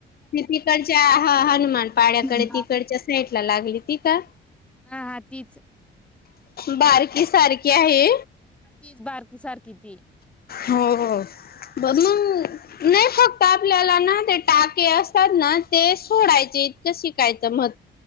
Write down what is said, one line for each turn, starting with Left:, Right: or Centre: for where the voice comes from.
Left: तिकडच्या हा हनुमान पाड्याकडे
Centre: हा
Left: तिकडच्या सेटला लागली ती का
Centre: हा हा तीच
Left: बारकी सारखी आहे.
Centre: ती बारकी सारखी ती
Left: हो हो. ब मग नाही फक्त आपल्याला ना ते टाके असतात ना, ते सोडायचे. शिकायच मह